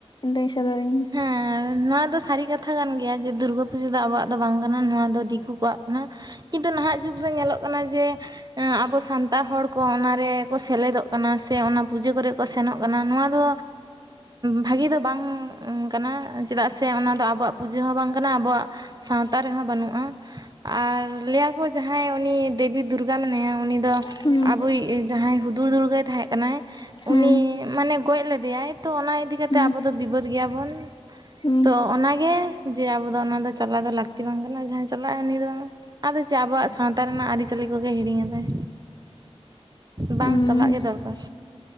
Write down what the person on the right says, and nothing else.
ᱦᱮᱸ ᱱᱚᱣᱟ ᱫᱚ ᱥᱟᱹᱨᱤ ᱠᱟᱛᱷᱟ ᱠᱟᱱ ᱜᱮᱭᱟ ᱡᱮ ᱫᱩᱨᱜᱟᱹ ᱯᱩᱡᱟᱹ ᱫᱚ ᱟᱵᱚᱣᱟᱜ ᱫᱚ ᱵᱟᱝ ᱠᱟᱱᱟ ᱱᱚᱣᱟ ᱫᱚ ᱫᱤᱠᱩ ᱠᱚᱣᱟᱜ ᱠᱟᱱᱟ ᱠᱤᱱᱛᱩ ᱱᱟᱦᱟᱜ ᱡᱩᱜᱽ ᱨᱮ ᱧᱮᱞᱚᱜ ᱠᱟᱱᱟ ᱡᱮ ᱟᱵᱚ ᱥᱟᱱᱛᱟᱲ ᱦᱚᱲ ᱠᱚ ᱚᱱᱟ ᱨᱮᱠᱚ ᱥᱮᱞᱮᱫᱚᱜ ᱠᱟᱱᱟ ᱥᱮ ᱚᱱᱟ ᱯᱩᱡᱟᱹ ᱠᱚᱨᱮ ᱠᱚ ᱥᱮᱱᱚᱜ ᱠᱟᱱᱟ ᱱᱚᱣᱟ ᱫᱚ ᱵᱷᱟᱜᱤ ᱫᱚ ᱵᱟᱝ ᱠᱟᱱᱟ ᱪᱮᱫᱟᱜ ᱥᱮ ᱥᱮ ᱚᱱᱟᱫᱚ ᱟᱵᱚᱣᱟᱜ ᱯᱩᱡᱟᱹ ᱦᱚᱸ ᱵᱟᱝ ᱠᱟᱱᱟ ᱟᱵᱚᱣᱟᱜ ᱥᱟᱶᱛᱟ ᱨᱮᱦᱚᱸ ᱵᱟᱹᱱᱩᱜᱼᱟ ᱟᱨ ᱞᱟᱹᱭᱟᱠᱚ ᱡᱟᱦᱟᱸᱭ ᱩᱱᱤ ᱫᱮᱵᱤ ᱫᱩᱨᱜᱟ ᱢᱮᱱᱟᱭᱟ ᱩᱱᱤ ᱫᱚ
ᱟᱵᱚᱭᱤᱡ ᱡᱟᱦᱟᱸᱭ ᱦᱩᱫᱩᱲᱼᱫᱩᱨᱜᱟᱹᱭ ᱛᱟᱦᱮᱸ ᱠᱟᱱᱟᱭ
ᱩᱱᱤ ᱢᱟᱱᱮ ᱜᱚᱡ ᱞᱮᱫᱮᱭᱟᱭ ᱛᱚ ᱚᱱᱟ ᱤᱫᱤ ᱠᱟᱛᱮ
ᱟᱵᱚ ᱫᱚ ᱵᱤᱵᱟᱹᱫᱽ ᱜᱮᱭᱟᱵᱚᱱ
ᱛᱚ ᱚᱱᱟᱜᱮ ᱡᱮ ᱟᱵᱚ ᱫᱚ ᱚᱱᱟ ᱫᱚ ᱪᱟᱞᱟᱣ ᱫᱚ ᱞᱟᱹᱠᱛᱤ ᱵᱟᱝ ᱠᱟᱱᱟ ᱡᱟᱦᱟᱸᱭ ᱪᱟᱞᱟᱜᱼᱟ ᱩᱱᱤ ᱫᱚ ᱟᱫᱚ ᱪᱮᱫ ᱟᱵᱚᱣᱟᱜ ᱥᱟᱶᱛᱟ ᱨᱮᱱᱟᱜ ᱟᱹᱨᱤᱪᱟᱹᱞᱤ ᱠᱚᱜᱮ ᱦᱤᱲᱤᱧ ᱮᱫᱟᱭ ᱵᱟᱝ
ᱪᱟᱞᱟᱜ ᱜᱮ ᱫᱚᱨᱠᱟᱨ